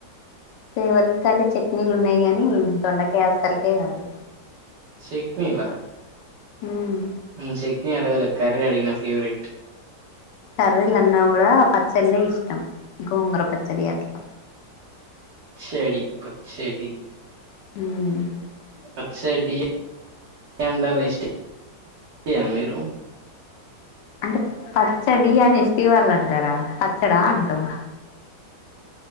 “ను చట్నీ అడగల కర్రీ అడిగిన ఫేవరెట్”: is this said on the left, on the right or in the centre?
Right